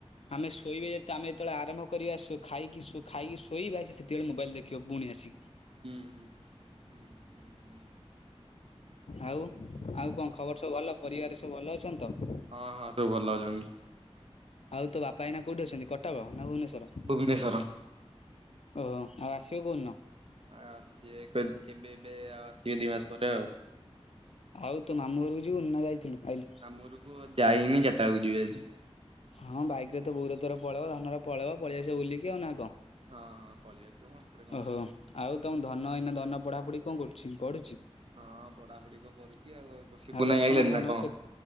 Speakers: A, on the left; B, on the right.
A: ଆମେ ଶୋଇବେ ଯେତେ ଆମେ ଯେତେବେଳେ ଆରମ୍ଭ କରିବା ଶୋ ଖାଇକି ଶୋ ଖାଇକି ଶୋଇବା ଆସି ସେତେବେଳେ ମୋବାଇଲ ଦେଖିବ ପୁଣି ଆସି।
B: ହୁଁ ହୁଁ ହୁଁ ହୁଁ ହୁଁ।
A: ଆଉ ଆଉ କଣ ଖବର ସବୁ ଭଲ ପରିବାର ସବୁ ଭଲ ଅଛନ୍ତି ତ?
B: ହଁ ହଁ ସବୁ ଭଲ ଅଛନ୍ତି।
A: ଆଉ ତୋ ବାପା ଏଇନା କୋଉଠି ଅଛନ୍ତି କଟକ ନା ଭୁବନେଶ୍ୱର।
B: ଭୁବନେଶ୍ୱର।
A: ଓହୋ ଆଉ ଆସିବ କୋଉ ଦିନ।
B: ଆ ଆସିବେ କେବେ ଏବେ ଆଉ ଆସିବେ ଦି ମାସ ପରେ ଆଉ।
A: ଆଉ ତୋ ମାମୁ ଘରକୁ ଯିବୁନି ନା ଯାଇଥିଲୁ ଆଇଲୁ।
B: ମାମୁ ଘରକୁ ଯାଇନି ଚାରିଟା ବେଳକୁ ଯିବି ଆଜି।
A: ହଁ ବାଇକ ରେ ତ ବୋଉର ଚୋର ପକେଇବ ଧନର ପଳେଇବ ପଳେଇ ଆସିବ ବୁଲିକି ଆଉ ନା କଣ।
B: ହଁ ହଁ ପଶିଆସିଲେ ଆଉ ସେଥିରେ କଣ
A: ଓହୋ
B: ଅଛି।
A: ଆଉ ତମ ଧନ ଏଇନା ଧନ ପଢ଼ାପଢ଼ି କଣ କରୁଚି ପଢ଼ୁଚି।
B: ହଁ ପଢା ପଢି କଣ କରୁଛି ଆଉ ସିପୁନୁ
A: ଦଶମରେ
B: ଆଇ ଆଇଲାଣିି
A: ଧନର
B: ନା କଣ।
A: କେ